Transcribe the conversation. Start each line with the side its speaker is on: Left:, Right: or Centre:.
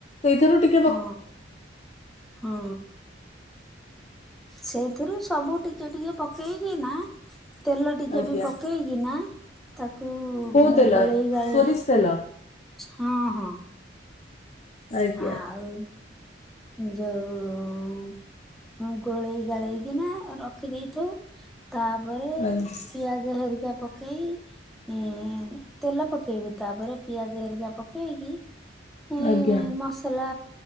Left: ସେଇଥିରୁ ଟି
Centre: ହଁ। ହଁ, ସେଇଥିରୁ ସବୁ ଟିକେ ଟିକେ ପକେଇକି ନା ତେଲ ଟିକେ
Left: ଆଜ୍ଞା
Centre: ବି ପକେଇକିନା ତାକୁ
Left: କୋଉ ତେଲ
Centre: ଗୋଳେଇ ଗାଳେଇ
Left: ସୋରିଷ ତେଲ
Centre: ହଁ। ହଁ।
Left: ଆଜ୍ଞା
Centre: ଆଉ ଯୋଉ ଉ ଗୋଳେଇ ଗାଳେଇକିନା ରଖିଦେଇେଥିବୁ। ତାପରେ
Left: ଆଜ୍ଞା।
Centre: ପିଆଜ ହେରିକା ପକେଇ ତେଲ ପକେଇକି ତାପରେ ପିଆଜ ହେରିକା ପକେଇକି ଏଇ
Left: ଆଜ୍ଞା।
Centre: ମସଲା